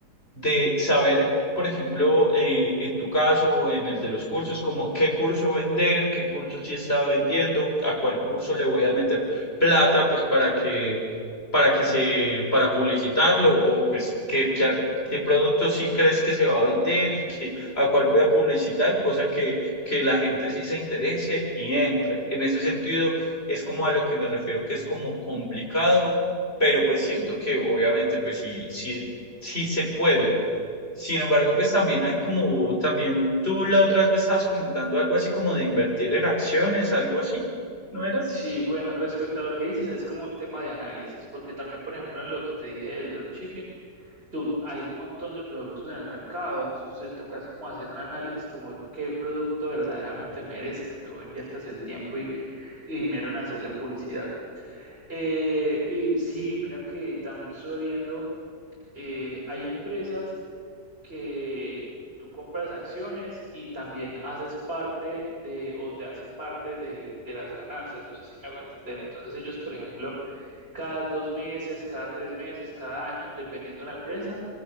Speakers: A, on the left (about 40°); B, on the right (about 35°).
A: de saber, por ejemplo, eh, en tu caso o en el de los cursos, como qué curso vender, qué curso sí estaba vendiendo, a cuál curso le voy a meter plata, pues para que, para que se, para publicitarlo o pues qué, qué, ar- qué producto sí crees que se va a vender y que, a cuál voy a publicitar, cosa que que la gente sí se interese y entre. En ese sentido, es como a lo que me refiero, que es como complicado, pero pues siento que obviamente pues sí, sí, sí se puede. Sin embargo, pues también hay como, también tú la otra vez estabas comentando algo así como de invertir en acciones, algo así, ¿no era?
B: Sí, bueno, respecto a lo que dices, es como un tema de análisis, porque también, por ejemplo, en lo que te dije del dropshipping, tú, hay un montón de productos en el mercado, entonces te toca es como hacer un análisis como de qué producto verdaderamente merece que tú inviertas el tiempo y, y dinero en hacerle publicidad. Eh, y sí, mira que también estuve viendo, eh, hay empresas que tú compras acciones y también haces parte de o te hacen parte del- de las ganancias, no sé si me hago entender. Entonces ellos, por ejemplo, cada dos meses, cada tres meses, cada año, dependiendo de la empresa,